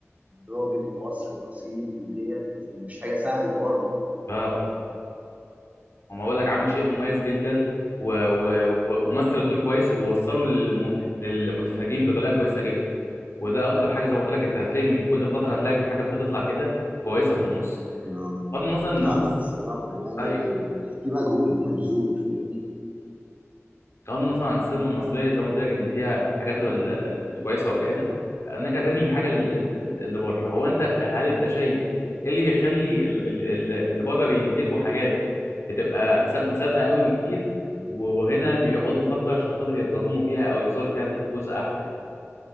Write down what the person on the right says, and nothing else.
الراجل المصري الأصيل ديت مش حاجة سهلة برضه
اه
لا
لا الصراحة يعني
في مجهود مبذول فاهمني